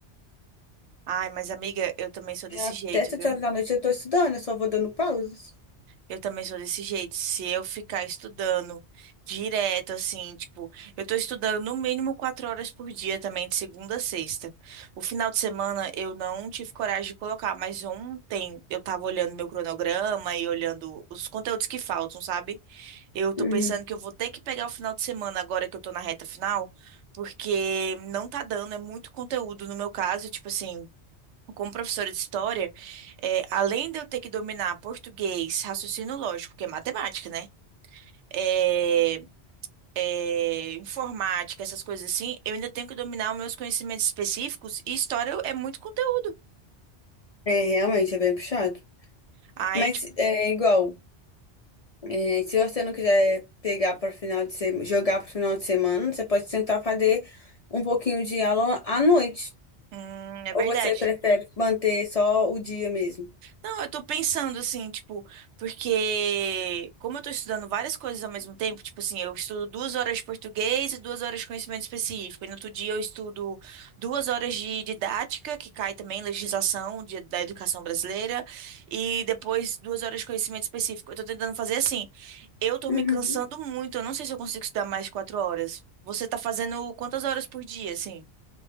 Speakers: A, on the right; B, on the left.
A: Ai, mas amiga, eu também sou desse
B: até
A: jeito,
B: sete
A: viu?
B: horas da noite eu tô estudando, eu só vou dando pausas.
A: Eu também sou desse jeito. Se eu ficar estudando direto, assim, tipo, eu tô estudando no mínimo quatro horas por dia também, de segunda a sexta. O final de semana eu não tive coragem de colocar, mas ontem eu tava olhando meu cronograma e olhando os conteúdos que faltam, sabe? Eu tô
B: Uhum.
A: pensando que eu vou ter que pegar o final de semana agora que eu tô na reta final, porque não tá dando, é muito conteúdo no meu caso, tipo assim, como professora de história, é, além de eu ter que dominar português, raciocínio lógico, que é matemática, né? É, é, informática, essas coisas assim, eu ainda tenho que dominar os meus conhecimentos específicos e história é muito conteúdo.
B: É, realmente é bem puxado.
A: Aí,
B: Mas
A: tipo,
B: é igual, é, se você não quiser pegar para final de semana, jogar para final de semana, você pode tentar fazer um pouquinho de aula à noite.
A: hum, é
B: Ou
A: verdade.
B: você prefere manter só o dia mesmo?
A: Não, eu tô pensando assim, tipo, porque como eu tô estudando várias coisas ao mesmo tempo, tipo assim, eu estudo duas horas de português e duas horas de conhecimento específico. E no outro dia eu estudo duas horas de didática, que cai também legislação de- da educação brasileira, e depois duas horas de conhecimento específico. Eu tô tentando fazer assim. Eu tô
B: Uhum.
A: me cansando muito, eu não sei se eu consigo estudar mais de quatro horas. Você tá fazendo quantas horas por dia, assim?